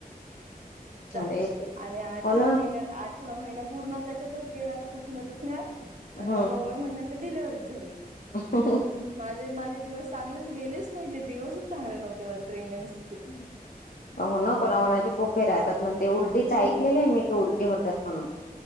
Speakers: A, on the right; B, on the left.
A: सात
B: अरे ते
A: आणि आठव्या
B: हो ना
A: महिन्यात आठ त्यो महिना पूर्ण त्याच्यातच गेला त्या दुखण्या दुखण्यात आणि
B: हम्म
A: मग नवव्या महिन्यात तर डिलिव्हरीच झाली.
B: <unintelligible>
A: माझे माझे दिवस चांगलेच गेलेच नाही ते दिवसच चांगले नव्हते माझे प्रेग्न्सीचे.
B: <unintelligible> पोफे राहतात म्हण ते उलटीच
A: खूप
B: ऐकलेलं आहे मी. तो उलटे होतात म्हणून.